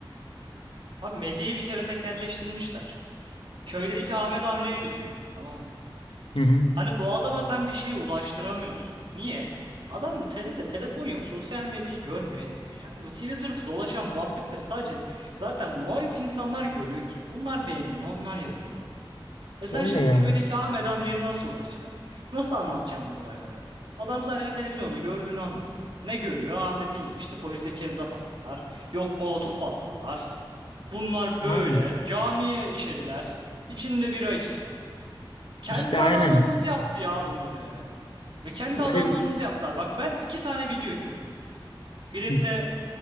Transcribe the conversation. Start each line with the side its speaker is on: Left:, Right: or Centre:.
Right: Abi medyayı bir kere tekelleştirmişler. Köydeki Ahmet amcayı düşün. Tamam mı?
Left: Hı hı.
Right: Hani bu adama sen bir şey ulaştıramıyorsun. Niye? Adam telinde telefon yok, sosyal medyayı görmüyor, etmiyor. Yani bu Twitter'da dolaşan muhabbetler sadece zaten muhalif insanlar görüyor ki. Onlar beğeniyor, onlar yazıyor. E sen
Left: Öyle
Right: şimdi
Left: ya.
Right: köydeki Ahmet amcaya nasıl ulaşacaksın? Nasıl anlatacaksın bu olayları? Adam sadece televizyonda gördüğünü anlatıyor. Ne görüyor? Aa, dediğin gibi işte polise kezzap attılar. Yok molotof attılar. Bunlar böyle.
Left: Aynen.
Right: Camiye işediler. İçinde bira içtiler. Kendi
Left: İşte aynen.
Right: adamlarınız yaptı ya bunları. Ve kendi
Left: Öyle
Right: adamlarınız
Left: bir...
Right: yaptılar. Bak ben iki tane video izledim. Birinde
Left: Hı